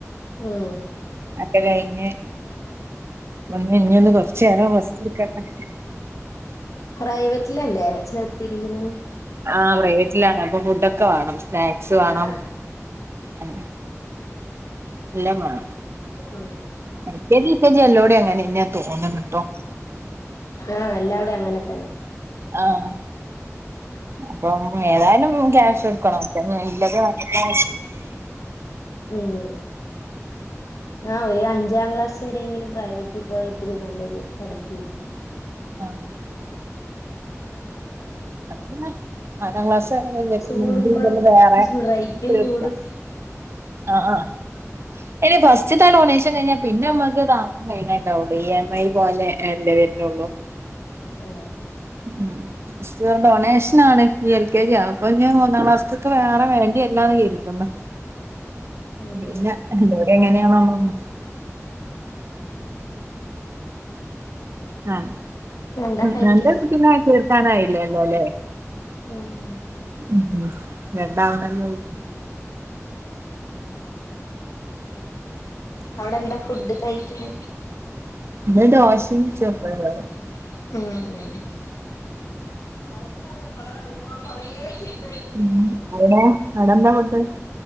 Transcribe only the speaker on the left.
ഉം
<inaudible>
പ്രൈവറ്റിലല്ലേ ചേർത്തിരിക്കണ്
ആഹ്
ഉം...
ആഹ് എല്ലാവിടെയും അങ്ങനെ തന്നെ.
ഉം. ആഹ് ഒരു അഞ്ചാം ക്ലാസ് വരെെയങ്കിലും പ്രൈവറ്റിൽ പോയി അത്തിക്കും നല്ലൊര്പഠിപ്പ് കിട്ടും.
ആഹ്
കൂടുമ്പോഴും
റേറ്റും
കൂടും
ഓഹ്.
ഉം
ഉം
എന്താ കഴിക്കാൻ
ഉം
അവിടെന്താ ഫുഡ് കഴിക്കാൻ?
ഉം <unintelligible>